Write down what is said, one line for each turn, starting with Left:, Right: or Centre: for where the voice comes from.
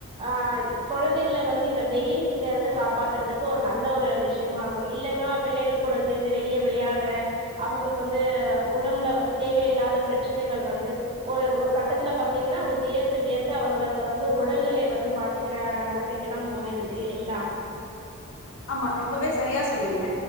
Right: அஹ் கொழந்தைகள வந்து இந்த வெயில் கிட்ட இருந்து காப்பாத்துறதுக்கு ஒரு நல்ல ஒரு விஷயமாருக்கு இல்லன்னா பிள்ளைகள் கூட சேந்து வெளியே விளையாட் டற அவுங்களுக்கு வந்து உடம்புல வந்து தேவையில்லாத பிரச்சனைகள் வந்து ஒரு ஒரு கட்டத்துல பாத்தீங்கன்னா அது வியர்த்து வியர்த்து அவுர்களுக்கு வந்து உடல்நிலை வந்து பாதிக்கிற நெலமைக்கெல்லா போயிருது இல்லைங்களா
Left: ஆமா ரொம்பவே சரியா சொன்னீங்க